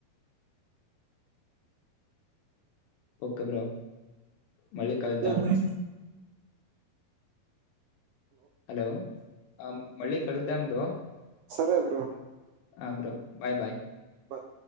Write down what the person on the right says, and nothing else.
ఇంకేం బ్రో?
సరే బ్రో
బాయ్